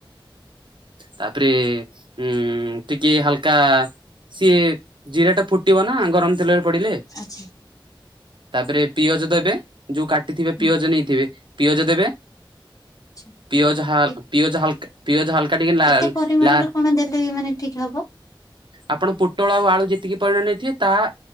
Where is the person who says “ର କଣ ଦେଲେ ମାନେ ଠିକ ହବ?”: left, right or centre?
Left